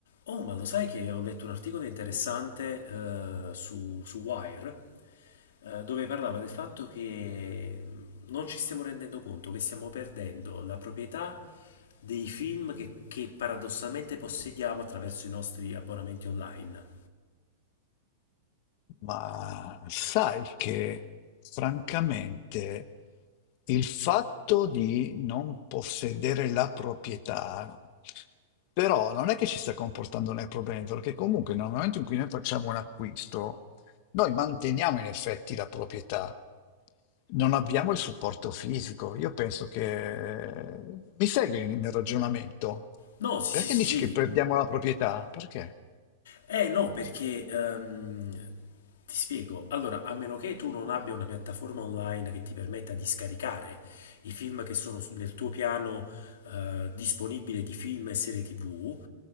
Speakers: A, on the left; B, on the left.
A: Oh, ma lo sai che ho letto un articolo interessante eh, su, su Wire eh, dove parlava del fatto che non ci stiamo rendendo conto che stiamo perdendo la proprietà dei film che, che paradossalmente possediamo attraverso i nostri abbonamenti online.
B: Ma sai che francamente il fatto di non possedere la proprietà, però non è che ci sta comportando nel problema, perché comunque nel momento in cui noi facciamo un acquisto, noi manteniamo in effetti la proprietà. Non abbiamo il supporto fisico. Io penso che... Mi segui nel ragionamento?
A: No, sì,
B: Perché
A: sì, sì,
B: dici
A: sì,
B: che perdiamo la proprietà? Perché?
A: Eh no, perché ehm, ti spiego. Allora, a meno che tu non abbia una piattaforma online che ti permetta di scaricare i film che sono su- nel tuo piano eh, disponibile di film e serie TV,